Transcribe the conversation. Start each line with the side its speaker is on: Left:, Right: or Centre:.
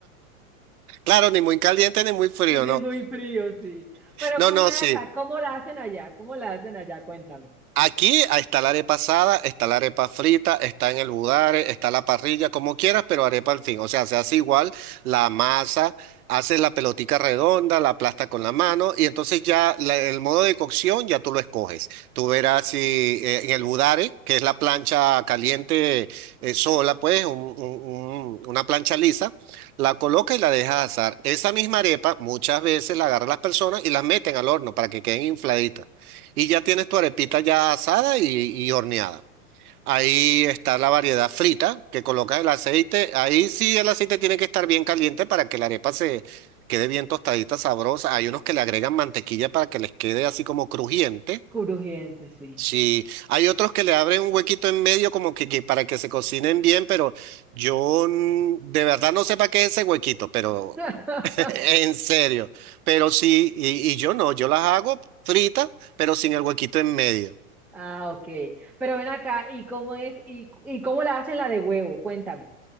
Right: Claro, ni muy caliente ni muy frío,
Centre: Sí,
Right: no.
Centre: muy frío, sí. Pero
Right: No,
Centre: ¿cómo
Right: no,
Centre: es
Right: sí.
Centre: acá? ¿Cómo la hacen allá? ¿Cómo la hacen allá? Cuéntame.
Right: Aquí ah, está la arepa asada, está la arepa frita, está en el budare, está la parrilla, como quieras, pero arepa al fin. O sea, se hace igual la masa, haces la pelotica redonda, la aplastas con la mano y entonces ya la- el modo de cocción ya tú lo escoges. Tú verás si eh, en el budare, que es la plancha caliente eh, sola, pues un- un- un- una plancha lisa, la colocas y la dejas asar. Esa misma arepa muchas veces la agarran las personas y las meten al horno para que queden infladitas. Y ya tienes tu arepita ya asada y, y horneada. Ahí está la variedad frita, que colocas el aceite. Ahí sí el aceite tiene que estar bien caliente para que la arepa se quede bien tostadita, sabrosa. Hay unos que le agregan mantequilla para que les quede así como crujiente.
Centre: Crujiente, sí.
Right: Sí, hay otros que le abren un huequito en medio como que, que para que se cocinen bien, pero yo mm, de verdad no sé para qué es ese huequito, pero
Centre: <laughs>
Right: <laughs> en serio. Pero sí, y, y yo no, yo las hago fritas, pero sin el huequito en medio.
Centre: Ah, ok. Pero ven acá, ¿y cómo es? ¿Y, y cómo la hacen la de huevo? Cuéntame.